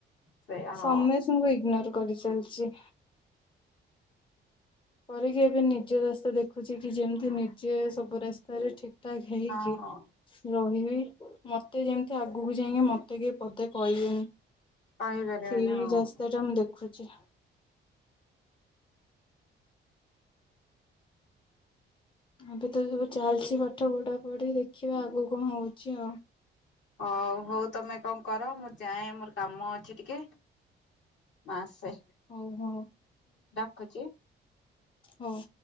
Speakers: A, on the left; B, on the left.
A: ସେଇଆ ହଁ
B: ସମସ୍ତଙ୍କୁ ଇଗନୋର। କରି ଚାଲିଛି। କରିକିି ଏବେ ନିଜେ ରାସ୍ତା ଦେଖୁଛି କି ଯେମିତି ନିଜେ ସବୁ ରାସ୍ତାରେ ଠିକ ଠାକ୍ ହେଇକି
A: ହଁ
B: ର ଇ ମତେ ଯେମିତି ଆଗକୁ ଯାଇକି ମତେ କି ପଦେ କହିବେନି।
A: କହିପାରିବେନି
B: ସେଇ
A: ହଁ।
B: ରାସ୍ତା ଟା ମୁଁ ଦେଖୁ ଜା ଏବେ ତ ସବୁ ଚାଲିଛି ପାଠ ପଢା ପଢି ଦେଖିବା ଆଗ କଣ ହଉଛି ଆଉ।
A: ହଁ ହଉ ତମେ କଣ କର ମୁଁ ଯାଏ ମୋର କାମ ଅଛି ଟିକେ ମୁଁ ଆସେ
B: ହଉ ହଉ
A: ରଖୁଛି।
B: ହୋଉ।